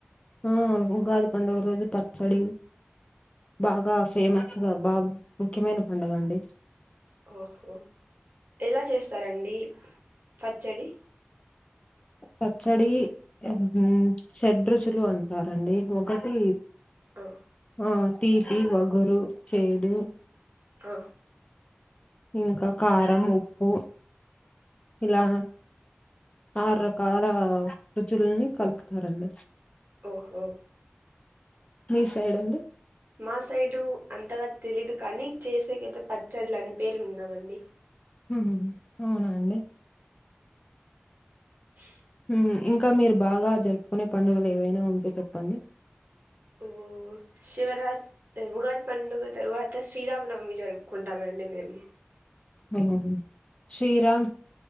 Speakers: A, on the left (about 25°); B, on the right (about 50°).
A: హ్మ్మ్ ఆ ఉగాది పండుగ రోజు పచ్చడి బాగా ఫేమస్గా బా ముఖ్యమైన పండుగ అండి.
B: ఓహో ఎలా చేస్తారండి పచ్చడి
A: పచ్చడి హ్మ్మ్ చెడ్రుచులు అంటారండి ఒకటి
B: ఆ
A: ఆ తీపి వగురు చేదు
B: ఆ
A: ఇంకా కారం ఉప్పు ఇలా ఆరు రకాల రుచుల్ని కలుపుతారండి.
B: ఓహో
A: మీ సైడ్ అండి
B: మా సైడు అంతగా తెలీదు కానీ చేసేకతే పచ్చడులని పేరు విన్నామండి.
A: హ్మ్మ్ అవునండి
B: <unintelligible>
A: మ్మ్ ఇంకా మీరు బాగా జరుపుకునే పండుగలు ఏవైనా ఉంటే చెప్పండి
B: ఓ శివరాత్ర ఉగాది పండుగ తరువాత శ్రీరామనవమి జరుపుకుంటామండి మేము.
A: హ్మ్మ్ శ్రీరామ్